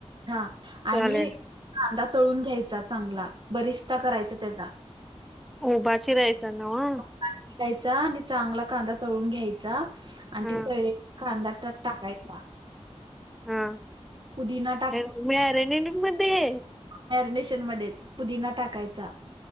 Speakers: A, on the right; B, in the centre.
A: हा आणि
B: चालेल
A: कांदा तळून घ्यायचा चांगला, बरिस्ता करायचा त्याचा
B: उभा चिरायचा ना?
A: उभा चिरायचा आणि चांगला कांदा तळून घ्याय चा आणि
B: हा
A: ते तळलेला कांदा त्यात टाकायचा
B: हा
A: पुदिना
B: ह्या मॅरीनेट मध्ये
A: मॅरीनेशन मध्येच पुदीना टाकायचा